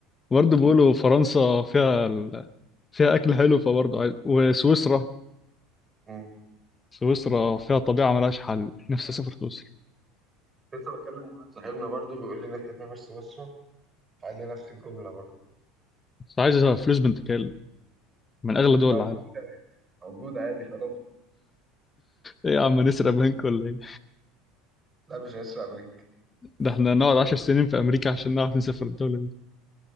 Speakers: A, on the left; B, on the right.
A: برضه بيقولوا فرنسا فيها ال... فيها أكل حلو فبرضه عايز وسويسرا
B: مم.
A: سويسرا فيها طبيعة ملهاش حل نفسي أسافر سويسرا
B: لسه بكلم واحد صاحبنا برضو بيقول لي نفسي اسافر سويسرا قال لي نفس الجملة برضه
A: بس عايز فلوس بنت كلب من أغلى دول
B: موجود
A: العالم
B: يا باشا، موجود عادي خلاص
A: إيه يا عم نسرق بنك ولا إيه
B: لا مش هسرق منك
A: ده إحنا نقعد
B: قلت له
A: عشر سنين في أمريكا عشان نعرف نسافر الدولة دي